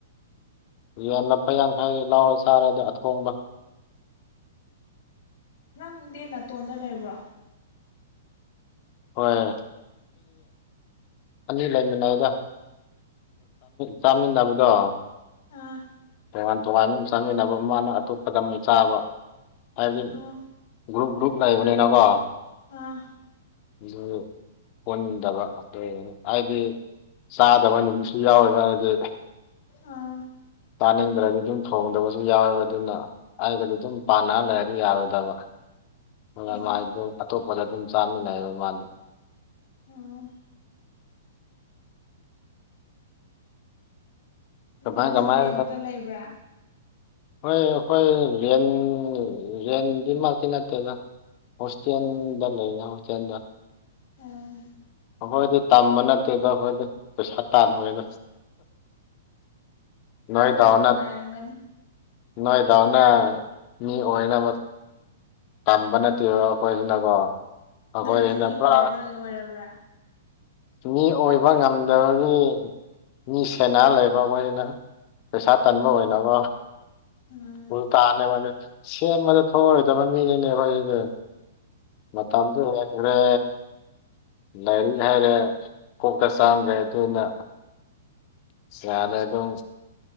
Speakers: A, on the left (about 45°); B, on the left (about 60°).
A: ꯌꯦꯟ ꯂꯨꯄꯥ ꯌꯥꯡꯈꯩ ꯂ ꯂꯧꯔ ꯆꯥꯔꯦꯗ ꯑꯊꯣꯡꯕ
B: ꯅꯪꯗꯤ ꯅꯥꯇꯣꯟꯗ ꯂꯩꯕ꯭ꯔꯣ
A: ꯍꯣꯏ ꯑꯅꯤ ꯂꯩꯃꯤꯟꯅꯕꯗ ꯆꯥꯃꯤꯟꯅꯕꯗꯣ
B: ꯑꯥ
A: ꯇꯣꯉꯥꯟ ꯇꯣꯉꯥꯟꯃ ꯆꯥꯃꯤꯟꯅꯕ ꯃꯥꯅ ꯑꯇꯣꯞꯄꯗ ꯑꯃꯨꯛ ꯆꯥꯕ ꯍꯥꯏꯕꯗꯤ
B: ꯑꯣ
A: ꯒ꯭ꯔꯨꯞ ꯒ꯭ꯔꯨꯞ ꯂꯩꯕꯅꯤꯅꯀꯣ
B: ꯑꯥ
A: ꯑꯗꯨ ꯍꯟꯗꯕꯅꯤ ꯍꯥꯏꯗꯤ ꯆꯥꯗꯕ ꯅꯨꯃꯤꯠꯁꯨ ꯌꯥꯎꯋꯦꯕ ꯍꯥꯏꯗꯤ
B: ꯑꯥ
A: ꯆꯥꯅꯤꯡꯗ꯭ꯔꯗꯤ ꯑꯗꯨꯝ ꯊꯣꯡꯗꯕꯁꯨ ꯌꯥꯎꯋꯦꯕ ꯑꯗꯨꯅ ꯑꯩꯒꯗꯤ ꯑꯗꯨꯝ ꯄꯥꯟꯅꯔ ꯂꯩꯔꯗꯤ ꯌꯥꯔꯣꯏꯗꯕ ꯍ
B: ꯑꯣ
A: ꯃꯥꯥꯏ ꯑꯗꯨꯝ ꯑꯇꯣꯞꯄꯗ ꯑꯗꯨꯝ ꯆꯥꯃꯤꯟꯅꯩꯑꯕ ꯃꯥꯅꯤ
B: ꯑꯣ
A: ꯀꯃꯥꯏ
B: ꯅꯪꯁꯨꯨꯔꯦꯟꯇ
A: ꯀꯃꯥꯏ
B: ꯂꯩꯕ꯭ꯔꯥ
A: ꯍꯣꯏ ꯑꯩꯈꯣꯏ ꯌꯦꯟ ꯔꯦꯟꯗꯤꯃꯛꯇꯤ ꯅꯠꯇꯦꯗ ꯍꯁꯇꯟꯗ
B: ꯑꯣ
A: ꯍꯁꯇꯟꯗ
B: ꯑꯣ
A: ꯑꯩꯈꯣꯏꯗꯤ ꯇꯝꯕ ꯅꯠꯇꯦꯗ ꯑꯩꯈꯣꯏꯗꯤ ꯄꯩꯁꯥ ꯇꯥꯟꯕꯥꯟꯕꯣꯏꯅ <inaudible> ꯅꯣꯏꯗꯥꯎꯅ
B: ꯑꯗꯨꯅ ꯅꯨꯡꯉꯥꯏꯔꯝꯒꯅꯤ
A: ꯅꯣꯏꯗꯥꯎꯅ ꯃꯤ ꯑꯣꯏꯅ ꯇꯝꯕ ꯅꯠꯇꯦꯕꯣ ꯑꯩꯈꯣꯏꯁꯤꯅꯀꯣ ꯑꯩꯈꯣꯏꯁꯤꯅ
B: ꯅꯣꯏꯅ ꯃꯤ
A: ꯄꯨꯔꯥ
B: ꯑꯣꯏꯕ ꯂꯣꯏꯔꯕ꯭ꯔꯥ
A: ꯃꯤ ꯑꯣꯏꯕ ꯉꯝꯗꯕꯒꯤ ꯃꯤ ꯁꯦꯅꯥ ꯂꯩꯕ ꯑꯩꯈꯣꯏꯅ ꯄꯩꯁꯥ ꯇꯟꯕ ꯑꯣꯏꯅꯕ
B: ꯎꯝ
A: ꯎ ꯇꯥꯅꯦꯕ ꯁꯦꯝꯕꯗ ꯊꯣꯛꯑꯣꯔꯣꯏꯗꯕ ꯃꯤꯅꯤꯅꯦ ꯑꯩꯈꯣꯏꯁꯤꯗꯤ ꯃꯇꯝꯗꯨ ꯍ ꯈ꯭ꯔꯦ ꯂꯥꯏꯔꯤꯛ ꯍꯥꯏꯔꯦ ꯀꯣꯛꯇ ꯆꯥꯝꯗ꯭ꯔꯦ ꯑꯗꯨꯅ ꯌꯥꯔ ꯑꯗꯨ